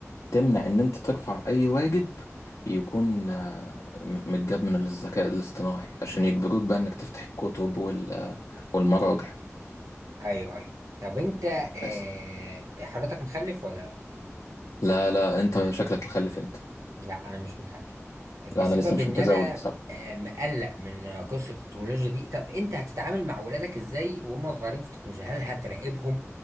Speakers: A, on the left; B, on the right.
A: تمنع ان انت ترفع اي واجب يكون آه، م- متجاب من الذكاء الاصطناعي عشان يجبروك بقى انك تفتح الكتب وال- آه، والمراجع
B: ايوه ايوه طب انت آه
A: بس
B: حضرتك مخلف ولا لا
A: لا لا انت شكلك مخلف انت
B: لا انا مش محجب بسبب
A: لا انا لسه مش
B: ان
A: متزوج
B: انا
A: بصراحة
B: آه، مقلق من قصه التكنولوجيا دي طب انت هتتعامل مع ولادك ازاي وهم صغيرين في التكنولوجيا هل هتراقبهم